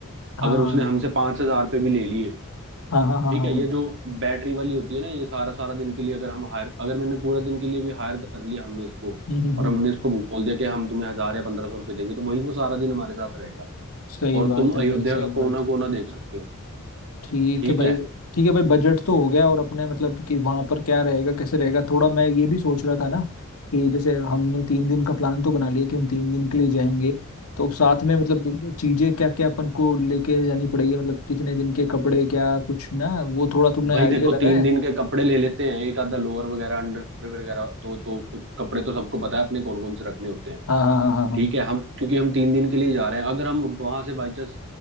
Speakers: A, on the left; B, on the right.
A: हाँ
B: अगर उसने हमसे पांच हजार रुपये भी ले लिए
A: हाँ हाँ हाँ
B: ठीक
A: हाँ
B: है
A: हाँ
B: ये जो बैटरी वाली होती है ना ये सारा सारा दिन के लिए अगर हम हायर अगर मैंने पूरा दिन के लिए भी हायर कर लिया हमने इसको
A: हम्म हम्म,
B: और
A: हम्म।
B: हमने इसको बोल दिया कि हम तुम्हें हजार या पंद्रह सौ रुपये देंगे तो भाई वो सारा दिन हमारे साथ रहेगा
A: सही
B: और
A: बात
B: तुम
A: है
B: अयोध्या
A: भाई सही
B: का कोना
A: बात है
B: कोना देख सकते हो
A: ठीक
B: ठीक
A: है भाई
B: है
A: ठीक है भाई बजट तो हो गया और अपने मतलब कि वहां पर क्या रहेगा कैसे रहेगा थोड़ा मैं ये भी सोच रहा था ना कि जैसे हमने तीन दिन का प्लान तो बना लिया कि हम तीन दिन के लिए जाएंगे तो साथ में मतलब चीजें क्या क्या अपन को लेके जानी पड़ेगी मतलब कितने दिन के कपड़े क्या कुछ ना वो थोड़ा तुमने
B: भाई
A: आइडिया
B: देखो
A: लगाया
B: तीन
A: है
B: दिन के कपड़े ले लेते हैं एक आधा लोअर वगैरह अंडर वगैरह तो, तो, तो कपड़े तो सबको पता है अपने कौन कौन से रखने होते हैं
A: हाँ हाँ हाँ हाँ हाँ
B: ठीक है हम क्योंकि हम तीन दिन के लिए जा रहे हैं अगर हम वहां से बाई चांस